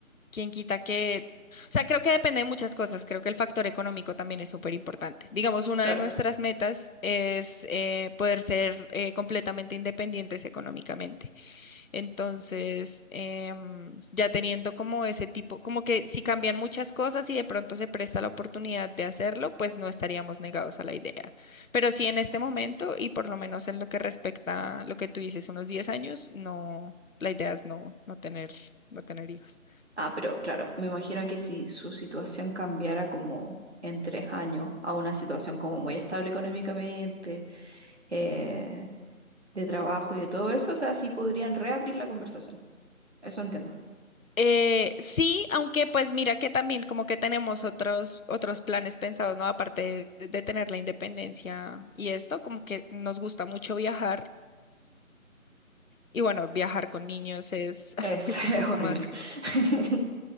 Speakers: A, on the left; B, on the right.
A: quién quita que... O sea, creo que depende de muchas cosas. Creo que el factor económico también es súper importante. Digamos, una
B: Claro.
A: de nuestras metas es eh, poder ser eh, completamente independientes económicamente. Entonces, em, ya teniendo como ese tipo, como que si cambian muchas cosas y de pronto se presta la oportunidad de hacerlo, pues no estaríamos negados a la idea. Pero sí en este momento y por lo menos en lo que respecta a lo que tú dices, unos 10 años, no, la idea es no, no tener, no tener hijos.
B: Ah, pero claro, me imagino que si su situación cambiara como en tres años a una situación como muy estable económicamente, eh, de trabajo y de todo eso, o sea, sí podrían reabrir la conversación. Eso entiendo.
A: Eh, sí, aunque pues mira que también como que tenemos otros, otros planes pensados, ¿no? Aparte de, de tener la independencia y esto, como que nos gusta mucho viajar Y bueno, viajar con niños es, <laughs>
B: Es,
A: es un
B: <laughs> es
A: poco
B: horrible.
A: más,
B: <laughs>